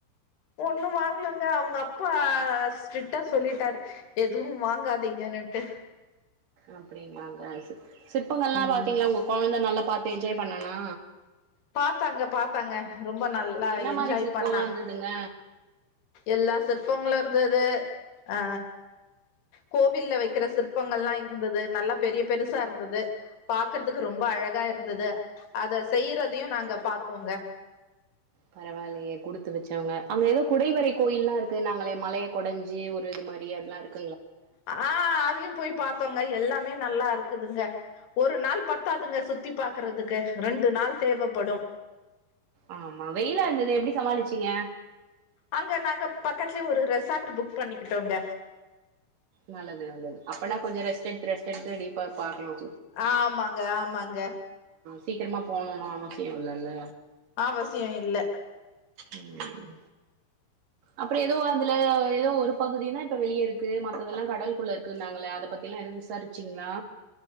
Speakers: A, on the left; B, on the right.
A: ஒன்னும் வாங்கலங்க அவங்க அப்பா ஸ்ட்ரிக்டா சொல்லிட்டாரு எதுவும் வாங்காதீங்கன்னுட்டு
B: அப்டிங்களாங்க சிற்பங்கள்லாம்
A: ம்
B: பாத்தீங்களா உங்க கொழந்த நல்லா பாத்து என்ஜாய் பண்ணனா
A: பாத்தாங்க பாத்தாங்க ரொம்ப நல்லா
B: என்ன
A: என்ஜாய்
B: மாரி சிற்போல்லா
A: பண்ணான்
B: இருந்ததுங்க
A: எல்லா சிற்பங்களும் இருந்தது ஆ கோவில்ல வைக்கிற சிற்பங்கள்லாம் இருந்தது நல்லா பெரிய பெருசா இருந்தது பாக்குறதுக்கு ரொம்ப அழகா இருந்தது அத செய்றதையும் நாங்க பாத்தோங்க
B: பரவாயில்லயே குடுத்து வச்சவங்க அங்க ஏதோ குடைவரை கோயில் எல்லா இருக்கு நாங்களே மலையை குடைஞ்சு ஒரு இது மாரி அதெல்லா இருக்க
A: ஆ அதையும் போய் பாத் தோங்க எல்லாமே நல்லா இருக்குதுங்க ஒரு நாள் பத்தாதுங்க சுத்தி பாக்குறதுக்கு ரெண்டு நாள் தேவைப்படும்
B: ஆமா வெயில இருந்ததே எப்டி சமாளிச்சீங்க
A: அங்க நாங்க பக்கத்துலயே ஒரு ரெசார்ட் புக் பண்ணிக்கிட்டோங்க
B: நல்லது நல்லது அப்பனா கொஞ்ச ரெஸ்ட் எடுத்து ரெஸ்ட் எடுத்து டீப்பா பாக்கலாம்
A: ஆமாங்க ஆமாங்க
B: சீக்கிரமா போனும்னு எல்லா அவசியம் இல்ல இல்ல
A: அவசியோ இல்ல
B: ம் அப்றோ ஏதோ அதுல ஏதோ ஒரு பகுதினா இப்ப வெளிய இருக்கு மத்ததெல்லாம் கடலுக்குள்ள இருக்குன்னாங்களே அதை பத்தி எல்லா ஏதும் விசாரிச்சீங்களா